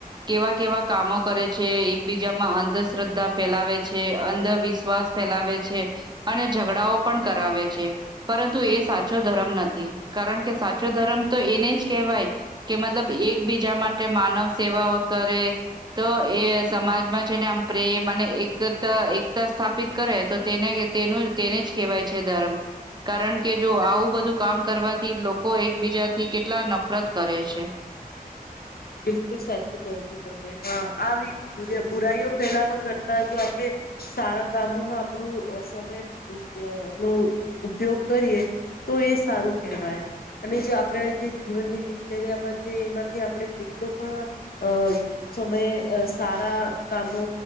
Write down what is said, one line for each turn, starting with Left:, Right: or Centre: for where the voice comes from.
Right: કેવા કેવા કામો કરે છે. એકબીજામાં અંધશ્રદ્ધ. ફેલાવે છે. અંધવિશ્વાસ ફેલાવે છે. છે. અને ઝઘડાઓ પણ કરાવે છે. પરંતુ એ સાચો ધર્મ નથી કારણ કે સાચો ધર્મ તો એને જ કહેવાય. કે મતલબ એકબીજા માટે માનવ સેવા કરે. તો એ સમાજમાં છેને આમ પ્રેમ અને એકતા એકતા સ્થાપિત કરે તો તેને. તેનું તેને જ કહેવાય છે ધરમ કારણ કે જો આવું બધું કામ કરવાથી લોકો એકબીજા થી કેટલા નફ ફરત કરે છે.
Left: બિલકુલ સાચું કો છો તમે હા આવી બુર્ચ બુરાઈઓ ફેલાવા કરતા જો આપળે સારા કામોમાં આપળુ સમય નો ઉપયોગ કરીએ તો એ સારું કહેવાય અને જે આપળે જે જીવનની દિનચર્યામાં છે, એમાંથી આપળે જે ટલું પણ અ સમય અ સારા કામો